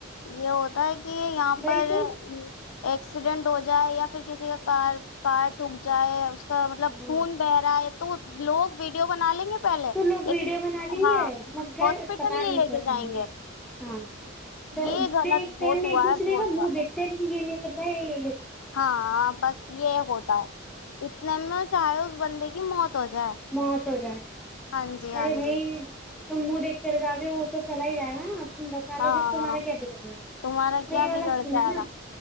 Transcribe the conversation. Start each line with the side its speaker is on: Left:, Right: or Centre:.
Left: یہ ہو <unintelligible> کہ یہاں پر
Centre: وہی تو
Left: ایکسیڈینٹ ہو جائے یا پھر کسی کا کار کار ٹھک جائے مطلب
Centre: ہاں
Left: خون بہ رہا ہے تو لوگ ویڈیو بنا لیں گے پہلے
Centre: تو لوگ
Left: لیکن
Centre: ویڈیو بن لیں گے
Left: ہاں
Centre: م گھر
Left: ہاسپٹل
Centre: اسپتال نہیں
Left: لے
Centre: پہنچائیں
Left: کے جائیں
Centre: گے ہاں تو
Left: یہ
Centre: دتے
Left: غلط بہت
Centre: ہم
Left: ہوا
Centre: ایک دوسرے
Left: ہے بہت
Centre: کا م
Left: زیادہ
Centre: دیکھتےم کہ گ لی بھائی
Left: ہاں بس یہ ہوتا ہے اتنے میں چاہے بند کی موت ہو جائے
Centre: مت ارے
Left: ہاں جی ہاں
Centre: بھائی
Left: جی
Centre: تو منہ دیکھ کر جاگے وہ تو چلا ہی جائے گا نا تم بتا لو
Left: ہاں
Centre: کہ تمہارا کیا بکل جائے گا
Left: تمہارا کیا
Centre: صحیح والا
Left: بگڑ
Centre: سنا
Left: جائے
Centre: نا
Left: گا